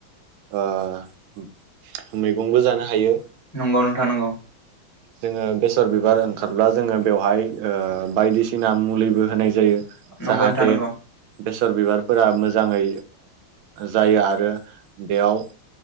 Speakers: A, on the right (about 80°); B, on the left (about 15°).
A: ओ मैगंबो जानो हायो
B: नंगौ नोंथां नंगौ
A: जोंङो बेसर बिबार ओंखारब्ला जोंङो बेवहाय बायदिसिना मुलिबो होनाय जायो।
B: नंगौ
A: जाहाथे
B: नोंथां नंगौ
A: बेसर बिबारफोरा मोजांङै जायो आरो बेयाव